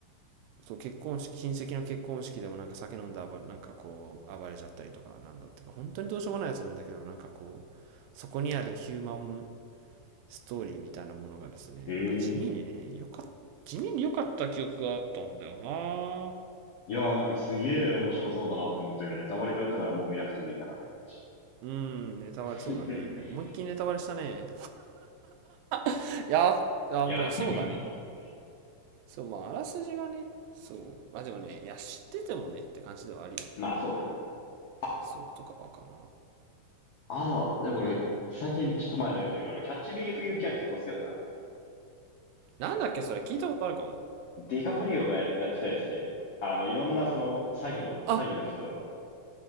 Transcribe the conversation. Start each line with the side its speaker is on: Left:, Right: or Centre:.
Right: そう結婚式親戚の結婚式でもなんか酒飲んで暴れなんかこう暴れちゃったりとかなんだってか本当にどうしようもないやつなんだけどなんかこうそこにあるヒューマンストーリーみたいなものがですね、
Left: ええい
Right: なんか地味にね、よかっ地味に良かった記憶があったんだよな
Left: やー、なんかすげえ面白そうだなって思ったけどね、ネタバレくらったからもう見なくてもいいかなって感じ。
Right: うん、ネタバレそうだね。
Left: <laughs>
Right: 思いっきりネタバレしたね。<laughs> いや、あ、
Left: やってくれたね、
Right: もうそうだね。
Left: 本当に。
Right: そう、まあ、あらすじがね、そう。まあでもね、いや、知っててもねって感じではあるよ。
Left: まあ、そうだね。あ、
Right: そう、とかかな。
Left: あの、でも俺、最近ちょっと前の映画だけど、あの、キャッチビーフユーキャン結構好きだったな。
Right: なんだっけ、それ聞いたことあるかも。
Left: ディカプリオがや、やってたやつで、あの、いろんなその、詐欺の、
Right: あ、
Left: 詐欺の人、